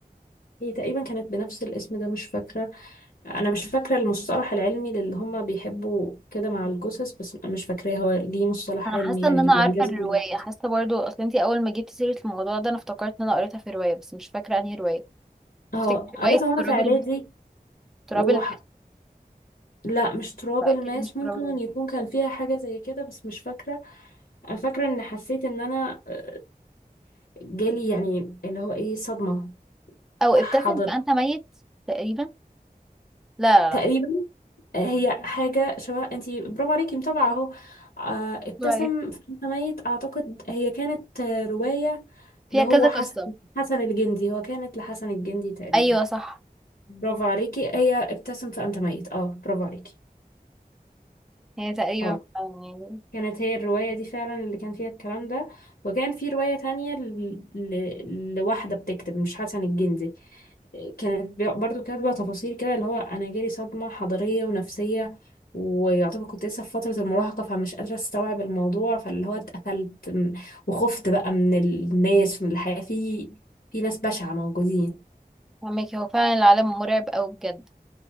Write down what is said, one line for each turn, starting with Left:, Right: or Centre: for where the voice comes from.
Left: هي تقريبا كانت بنفس الاسم ده مش فاكره انا مش فاكره المصطلح العلمي اللي هم بيحبوا كده مع الجثث بس مش فاكراه هو ليه مصطلح
Centre: انا
Left: علمي
Centre: حاسه
Left: يعني
Centre: ان انا
Left: اللي بينجذب
Centre: عارفه الروايه
Left: للجثث.
Centre: حاسه برضو اصل انتي اول ما جبتي سيره الموضوع ده انا افتكرت ان انا قريتها في روايه بس مش فاكره انهي روايه
Left: اه
Centre: تفتكر
Left: قريتها
Centre: روايه
Left: وانا
Centre: تراب
Left: في اعدادي
Centre: الم... تراب
Left: وح...
Centre: الماس
Left: لا مش تراب
Centre: لا
Left: الماس
Centre: اكيد مش تراب
Left: ممكن
Centre: الماس
Left: يكون كان فيها حاجه زي كده بس مش فاكره انا فاكره ان حسيت ان انا آه، جالي يعني اللي هو ايه صدمه
Centre: او ابتسم
Left: حضر
Centre: فانت ميت تقريبا لا لا
Left: تقريبا
Centre: لا
Left: هي حاجة شبه انتي برافو عليكي متابعة اهو آه، ابتسم
Centre: طيب
Left: فانت ميت اعتقد هي كانت آه، رواية
Centre: فيها
Left: اللي هو
Centre: كذا
Left: حسن
Centre: قصة
Left: حسن الجندي هو كانت لحسن الجندي تقريبا
Centre: ايوه صح
Left: برافو عليكي هي ابتسم فانت ميت اه برافو عليكي
Centre: هي تقريبا
Left: اه
Centre: فعلا يعني
Left: كانت هي الرواية دي فعلا اللي كان فيها الكلام ده وكان في رواية تانية ل... ل... لواحدة بتكتب مش حسن الجندي كانت بي- برضو كاتبة تفاصيل كده اللي هو أنا جالي صدمة حضارية ونفسية ويعتبر كنت لسه في فترة المراهقة فمش قادرة استوعب الموضوع فاللي هو اتقفلت م- وخفت بقى من الناس من الحياة في في ناس بشعة موجودين
Centre: فهمك هو فعلا العالم مرعب اوي بجد